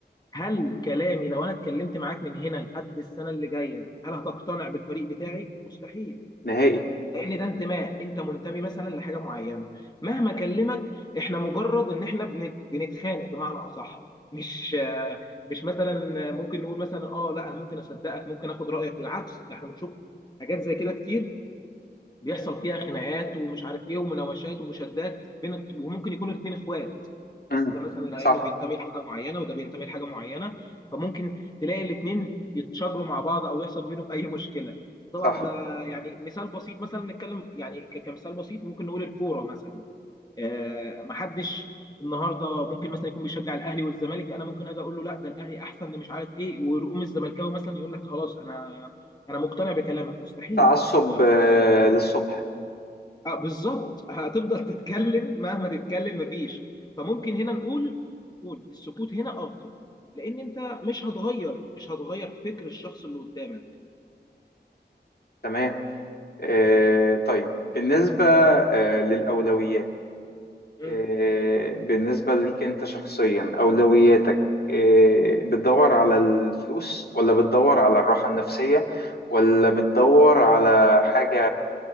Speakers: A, on the left; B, on the left.
A: هل كلامي لو انا اتكلمت معاك من هنا لحد السنه اللي جايه هل هتقتنع بالفريق بتاعي مستحيل
B: نهائي
A: لان ده انتماء انت منتمي مثلا لحاجه معينه مهما اكلمك احنا مجرد ان احنا بن- بنتخانق بمعنى اصح مش آه، مش مثلا آه، ممكن نقول مثلا اه لا انا ممكن اصدقك ممكن اخد رايك بالعكس ده احنا بنشوف حاجات زي كده كتير بيحصل فيها خناقات ومش عارف ايه ومناوشات ومشادات بين الط- وممكن يكونوا الاثنين اخوات بس
B: مم.
A: ده مثلا لانه
B: صح
A: بينتمي لحاجه معينه وده بينتمي لحاجه معينه فممكن تلاقي الاثنين يتشاجروا مع بعض او يحصل بينهم اي مشكله طبعا
B: صح
A: ده يعني مثال بسيط مثلا نتكلم يعني ك- كمثال بسيط ممكن نقول الكوره مثلا آه، محدش النهارده ممكن مثلا يكون بيشجع الاهلي والزمالك انا ممكن اجي اقول له لا ده الاهلي احسن ده مش عارف ايه ويقوم الزملكاوي مثلا يقول لك خلاص انا انا مقتنع بكلامك مستحيل
B: تعصب
A: ما يحصلش
B: آه، للصبح
A: آه، بالظبط هتفضل تتكلم مهما تتكلم مفيش فممكن هنا نقول نقول السكوت هنا افضل لان انت مش هتغير مش هتغير فكر الشخص اللي قدامك
B: تمام آه، طيب بالنسبة آه، للأولويات
A: مم.
B: آه، بالنسبة ليك أنت شخصيا أولوياتك آه، بتدور على الفلوس ولا بتدور على الراحة النفسية ولا بتدور على حاجة